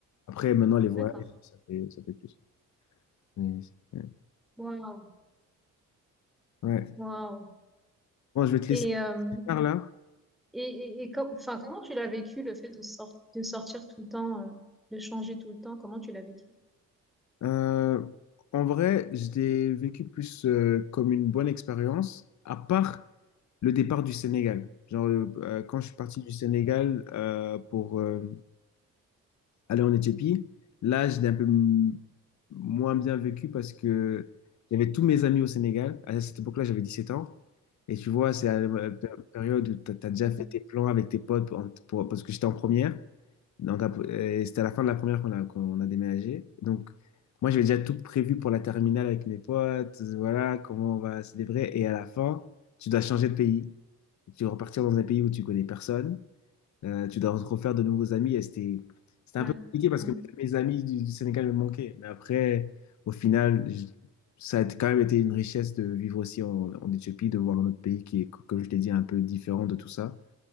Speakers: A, on the left; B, in the centre.
A: Après, maintenant, les voyages,
B: d'accord.
A: ça fait, ça fait plus. Mais, ouais.
B: Waouh,
A: Ouais.
B: waouh.
A: Bon, je vais te laisser
B: Et, euh,
A: par là.
B: et, et, et com- enfin, comment tu l'as vécu le fait de, sor- de sortir tout le temps, euh, de changer tout le temps? Comment tu l'as vécu?
A: Euh, en vrai, je l'ai vécu plus euh, comme une bonne expérience, à part le départ du Sénégal. Genre, le- euh, quand je suis parti du Sénégal euh, pour euh, aller en Éthiopie, là, je l'ai un peu m- moins bien vécu parce que j'avais tous mes amis au Sénégal. À cette époque-là, j'avais 17 ans. Et tu vois, c'est à la pé- période où tu as, déjà
B: Mhm.
A: fait tes plans avec tes potes pour- pour- parce que j'étais en première. Donc, ap- euh, c'était à la fin de la première qu'on a, qu'on a déménagé. Donc, moi, j'avais déjà tout prévu pour la terminale avec mes potes. Voilà, comment on va célébrer. Et à la fin, tu dois changer de pays. Tu dois repartir dans un pays où tu connais personne. Euh, tu dois te refaire de nouveaux amis. Et c'était, c'était
B: Ouais,
A: un peu compliqué parce
B: Mhm.
A: que mes, mes amis du, du Sénégal me manquaient. Mais après, au final, je- ça a été- quand même été une richesse de vivre aussi en, en Éthiopie, de voir un autre pays qui est, co- comme je l'ai dit, un peu différent de tout ça.